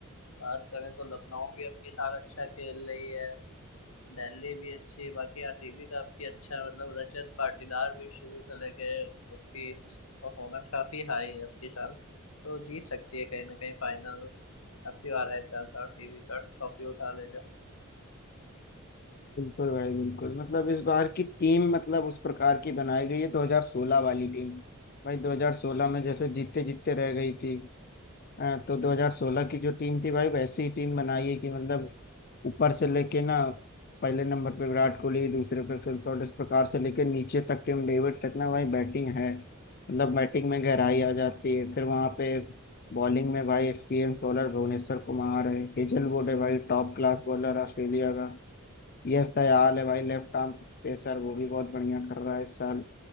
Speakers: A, on the left; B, on the left.
A: बात करें तो लखनऊ भी अब की साल अच्छा खेल रही है दिल्ली भी अच्छी है, बाकी आरसीबी का आपकी अच्छा मतलब रजत पाटीदार भी शुरू से लेके उसकी परफॉर्मेंस काफी हाई है अपनी साल तो जीत सकती है कहीं ना कहीं फाइनल आपकी बार है चांस आरसीबी का ट्रॉफी उठा ले जाए
B: बिल्कुल भाई बिल्कुल मतलब इस बार की टीम मतलब उस प्रकार की बनाई गई है 2016 वाली टीम भाई 2016 में जैसे जीतते जीतते रह गई थी हाँ, तो 2016 की जो टीम थी भाई वैसी ही टीम बनाई है कि मतलब ऊपर से लेके ना पहले नंबर पे विराट कोहली दूसरे पे फिल शॉट इस प्रकार से लेके नीचे तक टिम डेविड तक ना भाई बैटिंग है मतलब बैटिंग में गहराई आ जाती है फिर वहाँ पे बॉलिंग में भाई एक्सपीरियंस बॉलर भुवनेश्वर कुमार है हेजलवुड है भाई टॉप क्लास बॉलर ऑस्ट्रेलिया का यश दयाल है भाई लेफ्ट आर्म पेसर वो भी बहुत बढ़िया कर रहा है इस साल